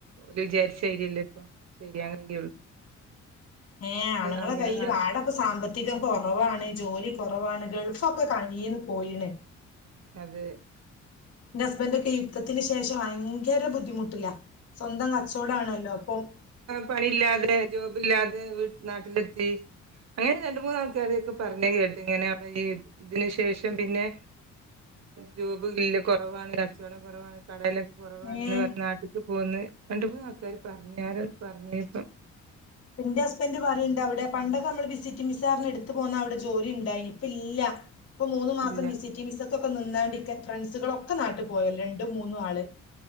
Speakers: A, on the right; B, on the left.
A: ഒരു വിചാരിച്ചായിരില്ലല്ലൊ ഇപ്പ ചെയ്യാൻ കഴ
B: ഏഹ് ആണുങ്ങളെ
A: അങ്ങനെ
B: കയ്യിൽ പാട സാമ്പത്തികം കുറവാണ് ജോലി കുറവാണ് ഗൾഫൊക്കെ കയ്യിന്ന് പോയിണ്
A: അതെ
B: എന്റെ ഹസ്ബൻഡക്കെ യുദ്ധത്തിന് ശേഷം ഭയങ്കര ബുദ്ധിമുട്ടില്ല സ്വന്തം കച്ചോടാണല്ലോ അപ്പൊ
A: പണില്ലാതെ ജോബില്ലാതെ നാട്ടിലെത്തി അങ്ങനെ രണ്ട് മൂന്നാ കാര്ക്കെ പറഞ്ഞ കേട്ട്ങ്ങനെ അവിടെ ഈ യുദ്ധത്തിന് ശേഷം പിന്നെ ജോബ്ല്ല കുറവാണ് കച്ചവടം കുറവാണ് കടയിലൊക്കെ കുറവാണെന്ന്
B: ഏഹ്
A: പറ നാട്ടിക്ക് പോന്ന് രണ്ട മൂന്ന് ആൾക്കാര് പറഞ്ഞ് ആരാ പറഞ്ഞപ്പോ
B: ന്റെ ഹസ്ബന്ഡറ് പറയുണ്ട് അവിടെ പണ്ടൊക്കെ നമ്മള് വിസിറ്റ് വിസാർഞി ഇട്ത്ത് പോന്നാ അവിടെ ജോലിണ്ടായിനി ഇപ്പല്ലാ ഇപ്പം മൂന്ന് മാസം
A: ഇല്ല
B: വിസി വിസക്കൊക്കെ നിന്നാണ്ട് ഫ്രണ്ട്സുകളൊക്കെ നാട്ട് പോയല്ലൊ രണ്ടും മൂന്നും ആള്